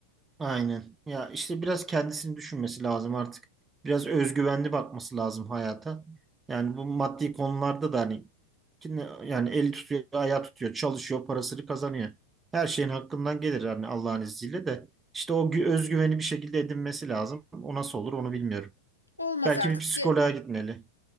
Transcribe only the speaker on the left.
Olmaz
artık.
Ge-